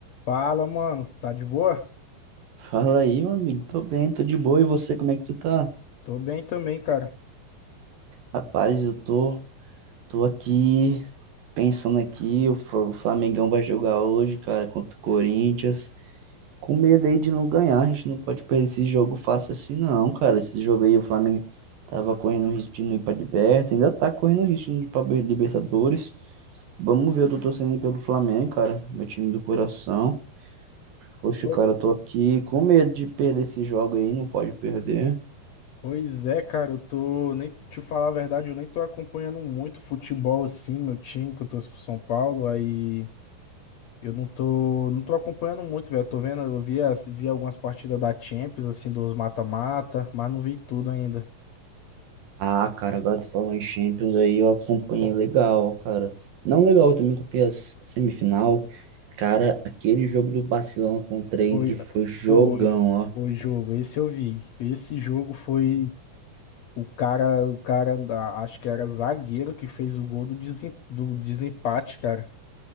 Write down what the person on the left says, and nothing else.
Fala, mano. Tá de boa?
Tô bem também, cara.
Oi.
Pois é, cara, eu tô. Nem te falar a verdade, eu nem tô acompanhando muito futebol assim, meu time, que eu torço pro São Paulo. Aí eu não tô. Não tô acompanhando muito, velho. Tô vendo, eu vi, as- vi algumas partidas da Champions, assim, dos mata-mata, mas não vi tudo ainda.
Foi,
foi,
foi jogo. Esse eu vi. Esse jogo foi. O cara, o cara, a- acho que era zagueiro que fez o gol do, desem, do desempate, cara.